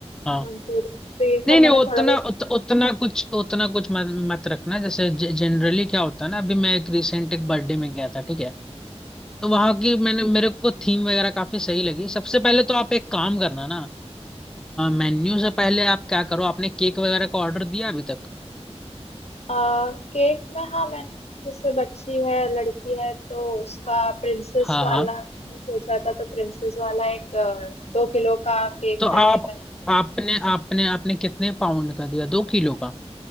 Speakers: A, in the centre; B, on the left (about 70°).
A: हाँ
B: मंचूरियन तो ये सब
A: नहीं नहीं
B: मैंने
A: उतना
B: थोड़ा बहुत
A: उत, उतना कुछ उतना कुछ मत, मत रखना जैसे जनरली क्या होता है ना अभी मैं एक रिसेंट एक बर्थडे में गया था ठीक है तो वहां की मैंने मेरे को थीम वगैरह काफी सही लगी सबसे पहले तो आप एक काम करना ना मेन्यू से पहले आप क्या करो आपने केक वगैरह का ऑर्डर दिया अभी तक
B: आ, केक में हाँ मैंने जैसे बच्ची है लड़की है तो उसका प्रिंसेस
A: हाँ
B: वाला
A: हाँ
B: मैंने सोचा था तो प्रिंसेस वाला एक अ, दो किलो का केक
A: तो आप
B: मैंने कर,
A: आपने आपने आपने कितने पाउंड का दिया दो किलो का